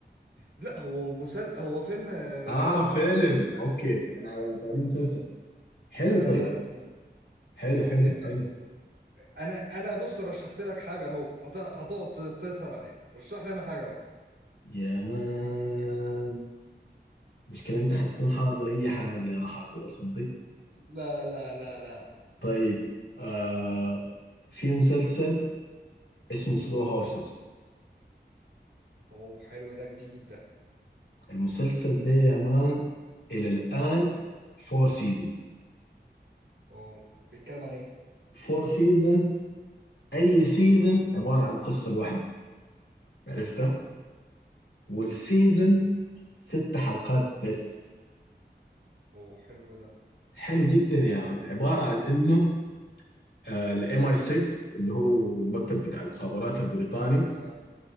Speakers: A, on the right; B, on the left.
A: لا هو مسل هو فيلم آه،
B: اه فيلم
A: لا
B: اوكي انا على بالي مسلسل حلو
A: لا لا
B: طيب
A: لا
B: حلو حلو
A: فيلم.
B: حلو
A: انا انا بص رشحت لك حاجه اهو هت- هتقعد تسهر عليها رشح لي انا حاجه بقى
B: يا مان مشكلة انت حتكون حاضر اي حاجة انا حاضر اصدق
A: لا لا لا لا
B: طيب آه في مسلسل اسمه سلو هورسز
A: اوه حلو ده جديد ده
B: المسلسل ده يا مان الى الان فور سيزونز
A: اوه بيتكلم عن ايه
B: فور سيزونز اي سيزون عبارة عن قصة لوحده عرفتها والسيزون
A: مم.
B: ست حلقات بس
A: اوه حلو ده
B: حلو جدا يا مان عبارة عن انه الام اي 6 اللي هو المكتب بتاع المخابرات البريطاني
A: اه